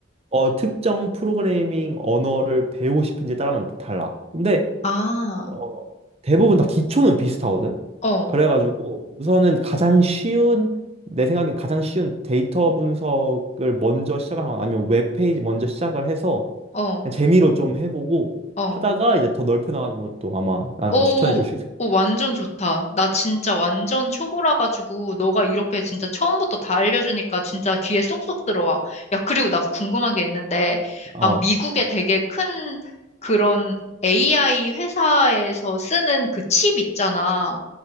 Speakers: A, on the right; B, on the left.
A: 어, 특정 프로그래밍 언어를 배우고 싶은지에 따라만 달라. 근데
B: 아,
A: 어, 대부분 다 기초는 비슷하거든.
B: 어,
A: 그래가지고 우선은 가장 쉬운 내 생각엔 가장 쉬운 데이터 분석을 먼저 시작하거나 아니면 웹페이지 먼저 시작을 해서
B: 어,
A: 그냥 재미로 좀 해보고
B: 어.
A: 하다가 이제 더 넓혀 나가는 것도 아마 나는
B: 오,
A: 추천해 줄 수 있을
B: 오, 완전 좋다. 나 진짜 완전 초보라 가지고 너가 이렇게 진짜 처음부터 다 알려주니까 진짜 귀에 쏙쏙 들어와. 야, 그리고 나 궁금한 게 있는데,
A: 거야.
B: 막
A: 어.
B: 미국에 되게 큰 그런 AI 회사에서 쓰는 그 칩 있잖아.